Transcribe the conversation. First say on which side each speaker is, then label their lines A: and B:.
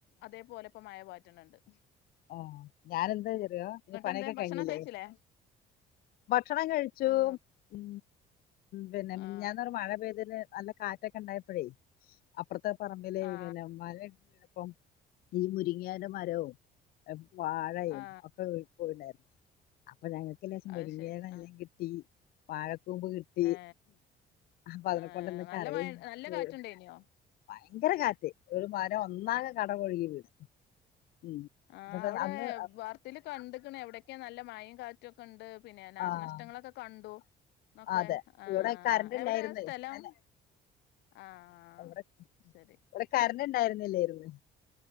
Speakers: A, on the left; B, on the left.
A: അതേപോലെ ഇപ്പോ മഴപാറ്റണുണ്ട്
B: ആ ഞാനെന്താ ചെറിയോ ഇനി പണിയൊക്കെ
A: എന്തേ ഭക്ഷണം
B: കഴിഞ്ഞില്ലേ
A: കഴിച്ചില്ലേ
B: ഭക്ഷണം കഴിച്ചു
A: ആ
B: ഉ പിന്നെ
A: ആ
B: മിഞ്ഞാന്നൊരു മഴ പെയ്തതിന് നല്ല കാറ്റൊക്കെ ഉണ്ടായപ്പഴേ അപ്പറത്തെ പറമ്പിലേ
A: ആ
B: പിന്നെ മഴയൊക്കെ ഉണ്ടയപ്പം ഈ മുരിങേന്റെ മരവും വാഴ
A: ആ
B: ഒക്കെ പോയിണ്ടായിരുന്നു അപ്പൊ ഞങ്ങൾക്ക് ലേശം
A: അത്
B: മുരിങ്ങയണല്ലെങ്കിൽ
A: ശരി ആ
B: <unintelligible> വാഴക്കൂമ്പ് കിട്ടി
A: ഏ
B: അപ്പൊ അതിനെ
A: ഏ
B: കൊണ്ട് ഇന്ന്
A: നല്ല
B: കറിവെച്ചു
A: മഴ നല്ല കാറ്റുണ്ടേനിയോ
B: ഭയങ്കര കാറ്റ് ഒരു മരം ഒന്നാകെ കടപൊഴുകി വീണ് ഉം
A: ആഹ്
B: പക്ഷെ
A: അവിടെ
B: അന്ന്
A: വാർതീല് കണ്ട്ക്ക്ണ് എവിടൊക്കെ നല്ല മഴി കാ റ്റൊക്കെ ഉണ്ട് പിന്നെ നാശനഷ്ടങ്ങളൊക്കെ
B: ആഹ്
A: കണ്ടു ന്നൊക്കെ
B: അതെ
A: ആ
B: ഇവിടെ കറണ്ട്
A: എവിടെയാ
B: ഇല്ലായിരുന്നേ
A: സ്ഥലം
B: ഇന്നലെ
A: ആഹ് ആ
B: ഇവിടെ
A: ശരി
B: ഇവിടെ കാരണ്ട് ഉണ്ടായിരുന്നില്ലേയിന്ന്